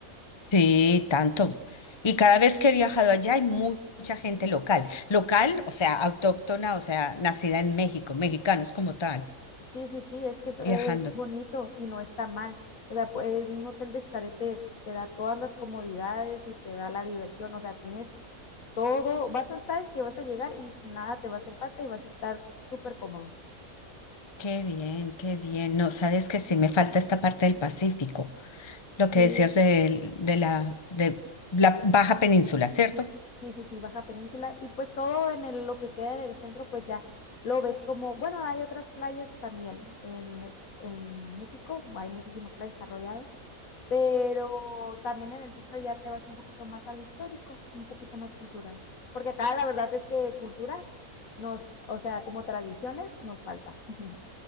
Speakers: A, on the left (about 30°); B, on the left (about 70°).
A: sí, tanto. Y cada vez que he viajado allá hay mu- mucha gente local. Local, o sea, autóctona, o sea, nacida en México, mexicanos como tal,
B: Sí, sí, sí, es que es, es
A: viajando.
B: bonito y no está mal. O sea, pu- eh, un hotel de Xcaret te te da todas las comodidades y te da la diversión. O sea, tienes todo, vas a, sabes que vas a llegar y nada te va a hacer falta y vas a estar súper cómodo.
A: Qué bien, qué bien. No, sabes que sí me falta esta parte del Pacífico, lo que
B: Sí,
A: decías del- de, la, de la baja península, ¿cierto?
B: sí, sí, sí, Baja Península. Y pues todo en el- lo que queda en el centro, pues ya lo ves como, bueno, hay otras playas también en, en México, hay muchísimas playas, está rodeado pero también en el centro ya te vas un poquito más a lo histórico, un poquito más cultural, porque acá la verdad es que cultura nos, o sea, como tradiciones nos falta. <laughs>